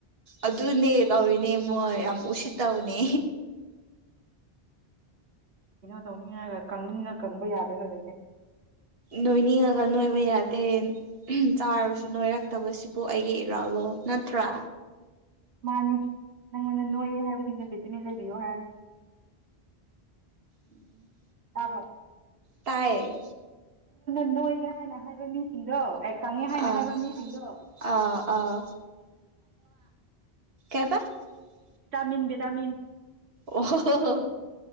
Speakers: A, on the right (about 65°); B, on the right (about 85°).
A: ꯑꯗꯨꯅꯦ ꯇꯧꯔꯤꯅꯦ ꯃꯣꯏ ꯌꯥꯝ ꯎꯁꯤꯠꯇꯕꯅꯦ
B: ꯀꯩꯅꯣ ꯇꯧꯅꯤꯡꯉꯒ ꯀꯪꯅꯤꯡꯉ ꯀꯪꯕ ꯌꯥꯗꯒ ꯂꯩꯔꯦ
A: ꯅꯣꯏꯅꯤꯡꯉꯒ ꯅꯣꯏꯕ ꯌꯥꯗꯦ ꯆꯥꯔꯁꯨ ꯅꯣꯏꯔꯛꯇꯕꯁꯤꯕꯨ ꯑꯩꯒꯤ ꯏꯔꯥꯜ ꯂꯣ ꯅꯠꯇ꯭ꯔ
B: ꯃꯥꯅꯦ ꯅꯪꯉꯣꯟꯗ ꯅꯣꯏꯌꯦꯦ ꯍꯥꯏꯕꯗꯤꯅ ꯚꯤꯇꯃꯤꯟ ꯂꯩꯕꯤꯌꯣ ꯍꯥꯏꯔ
A: ꯎꯝ
B: ꯁꯥꯕ꯭ꯔꯣ
A: ꯇꯥꯏꯌꯦ
B: ꯅꯣꯏꯌꯦ ꯍꯥꯏꯅ ꯍꯥꯏꯕ ꯃꯤꯁꯤꯡꯗꯣ ꯑꯩ ꯀꯪꯉꯦ ꯍꯥꯏꯅ
A: ꯑꯥ
B: ꯍꯥꯏꯕ ꯃꯤꯁꯤꯡꯗꯣꯚ
A: ꯑꯥ ꯑꯥ <unintelligible>
B: ꯚꯇꯥꯃꯤꯟ ꯚꯇꯥꯃꯤꯟ
A: ꯑꯣ